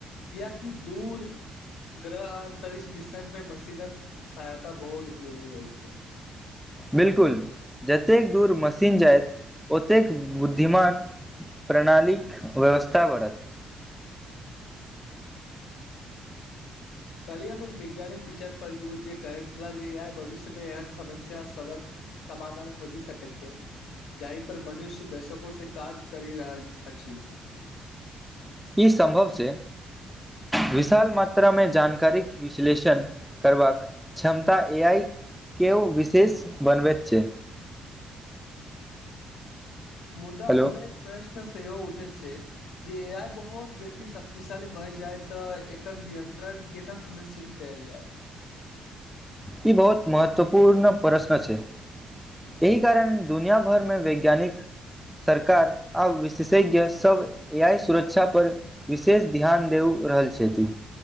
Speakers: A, on the left (about 80°); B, in the centre.
A: कियाकि दूर ग्रह आ अंतरिक्ष मिशनपे मशीन सहायता बहुत उपयोगी होइ छै
B: बिल्कुल जतेक दूर मशीन जाइत ओतेक बुद्धिमान प्रणालीक व्यवस्था बढ़त
A: काल्हि हम एक वैज्ञानिक विचार पढ़लूँजे कहैत छलाह जे एआइ भविष्यमे एहन समस्या सबक समधान खोजी सकै छै जाहि पर मनुष्य दर्शकों से काज करि रहल अछि
B: ई सम्भव छै विशाल मात्रामे जानकारीक विश्लेषण करबाक क्षमता एआइके ओ विशेष बनबैत छै
A: मुदा
B: हेलो
A: हमरा एक प्रश्न सेहो उठे छै जे एआइ बहुत बेसी शक्तिशाली भय जाएत तऽ एकर नियन्त्रण केना सुनिश्चित कैएल जाएत
B: ई बहुत महत्वपूर्ण प्रश्न छै एहि कारण दुनिया भर में वैज्ञानिक सरकार आब विशेषज्ञ सब ए आइ सुरक्षा पर विशेष ध्यान देउ रहल छथि